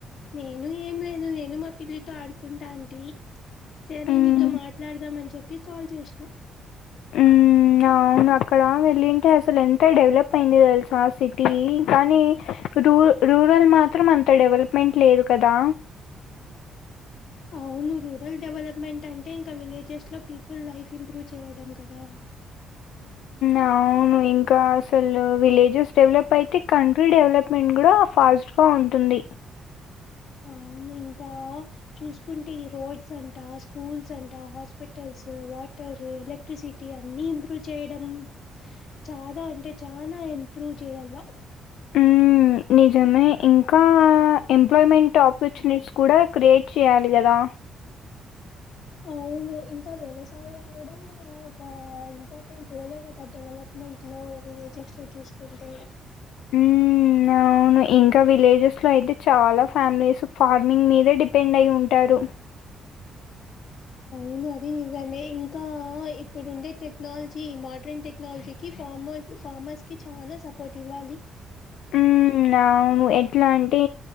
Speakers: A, on the left; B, on the left.
A: నేను ఏం లేదు నేను మా పిల్లితో ఆడుకుంటా అడి సరే
B: మ్మ్
A: నీతో మాట్లాడదామని చెప్పి కాల్ చేసిన
B: ఉమ్ అవును అక్కడ వెళ్ళింటే అసలు ఎంత డెవలప్ అయింది తెలుసా ఆ సిటీ కానీ ఇపుడు రూరల్ మాత్రం అంత డెవలప్మెంట్ లేదు కదా
A: అవును రూరల్ డెవలప్మెంట్ అంటే ఇంకా విలేజెస్ లో పీపుల్ లైఫ్ ఇంప్రూవ్ చేయడం కదా
B: ఆ అవును ఇంకా అసలు విలేజెస్ డెవలప్ అయితే కంట్రీ డెవలప్మెంట్ కూడా ఫాస్ట్ ఆ ఉంటుంది
A: అవును. ఇంకా చూసుకుంటే ఈ రోడ్స్ అంటా స్కూల్స్ అంటా హాస్పిటల్స్ వాట ర్ ఎలక్ట్రిసిటీ అన్నీ ఇంప్రూవ్ చేయడం చానా అంటే చానా ఇంప్రూవ్ చే ఎలా
B: ఉమ్ నిజమే ఇంకా ఎంప్లాయ్మెంట్ ఆపర్చునిటీస్ కూడా క్రియేట్ చేయాలి కదా
A: అవును ఇంకా వ్యవసాయం కూడా ఒక ఇంపార్టెంట్ రోలే కదా డెవలప్మెంట్ లో విలేజెస్ లో చూసుకుంటే
B: ఉమ్ అవును ఇంకా విలేజెస్ లో అయితే చాలా ఫ్యామిలీస్ ఫార్మింగ్ మీదే డిపెండ్ అయి ఉంటారు రు
A: వును అది నిజమే ఇంకా ఇప్పుడుండే టెక్నాలజీ మోడ్రన్ టెక్నాలజీకి ఫార్మర్స్ ఫార్మర్స్ కి చాలా సపోర్ట్ ఇవ్వాలి
B: ఉమ్ అవును ఎట్లా అంటే